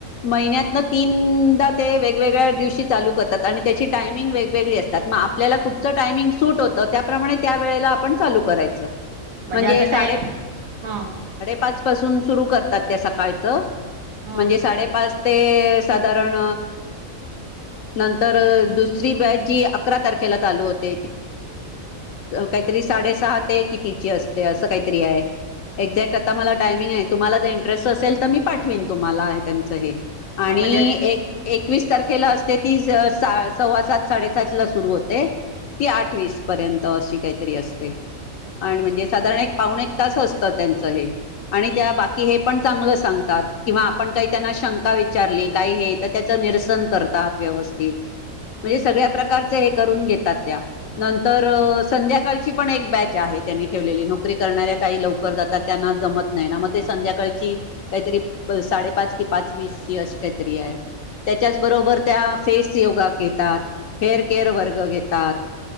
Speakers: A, on the left; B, on the right.
A: महिन्यात ना तीनदा ते वेगवेगळ्या दिवशी चालू करतात आणि त्याची टायमिंग वेगवेगळी असतात मग आपल्याला कुठचं टायमिंग सूट होतं त्याप्रमाणे त्या वेळेला आपण चालू करायचं म्हणजे
B: असं
A: सा
B: टाईम हा
A: पाच सुरू कर ात त्या सकाळचं
B: हा
A: णजे सा पाच साधण न द ब अक तारेला चाल त काहीतात कि तिची असते अस काहीतरी आहे एक्ॅक्ट ता मला टायमिंग आहे तुमला ड्रेस असेल तर मी पाठवीन तुमला हे
B: हा
A: आणि
B: म्हणजे
A: एकस तारखेला असते ती सव्वा सात साडेसात ला सुरू होते ती आठ वस पर्यंत अशी काहीतरी असते आणि म्हणजे साधारण एक पाऊण एक तास असतं त्यांचं हे आणि त्या बाकी हे ण चांगलं सांगतात किंवा आपण काही त्यांना शंका विचारली काही हे तर त्याच निरसन करतात व्यवस्थित म्हणजे सगळ्या प्रकारचे हे करून घेतात त्या नंतर संध्याकाळची पण एक बॅच आहे त्यांनी ठेवलेली नोकरी करणाऱ्या काही लवकर जातात त्यांना जमत नाही ना मग ते संध्याकाळ काहीतरी साडेपाच कि पाच वीस ची अशी काहीतरी आहे त्याच्याच बरोबर त्या फेस योगा घेतात हेअर केअर वर्ग घेतात